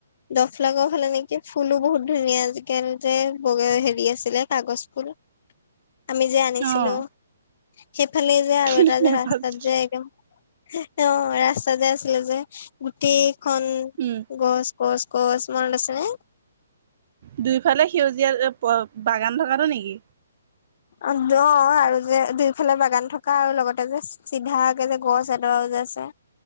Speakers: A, on the left; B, on the right.
A: দফলাগড় ফালে নেকি! ফুলো বহুত ধুনীয়া! আজিকালি যে, বগা হেৰি আছিলে, কাগজ ফুল।
B: <inaudible>
A: আমি যে আনিছিলোঁ,
B: অ',
A: সেইফালেই যে আৰু
B: কিন্তু
A: এটা যে
B: নেপাইছিলি।
A: ৰাস্তাত যে, একদম অ'! ৰাস্তা যে আছিলে যে, গোটেইখন
B: উম,
A: গছ। গছ-গছ, মনত আছেনে?
B: দুয়োফালে সেউজীয়া, <unintelligible> বাগান থকাটো নেকি?
A: অ'! দ আৰু যে দুইফালে বাগান থকা আৰু লগতে যে চিধাকে যে, গছ এডৰাও যে আছে,